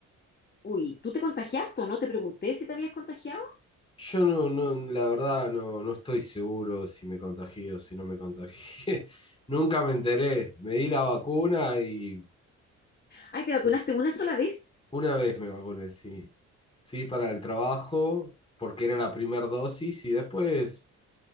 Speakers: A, on the left (about 35°); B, on the left (about 20°).
A: Uy, ¿tú te contagiaste o no? Te pregunté si te habías contagiado.
B: Yo no, no, la verdad no, no estoy seguro si me contagié o si no me contagié. <laughs> Nunca me enteré. Me di la vacuna y
A: Ay, te vacunaste
B: pues,
A: una sola vez.
B: una vez me vacuné, sí. Sí, para el trabajo, porque era la primera dosis y después